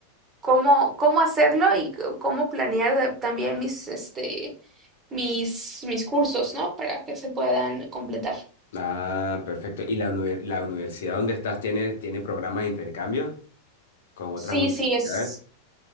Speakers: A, on the right (about 20°); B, on the left (about 60°).
A: cómo, cómo hacerlo y c- cómo planear de- también mis, este, mis, mis cursos, ¿no? Para que se puedan completar.
B: Ah, perfecto. ¿Y la, univer- la universidad donde estás tiene, tiene programas de intercambio con otras
A: Sí,
B: universidades?
A: sí, es,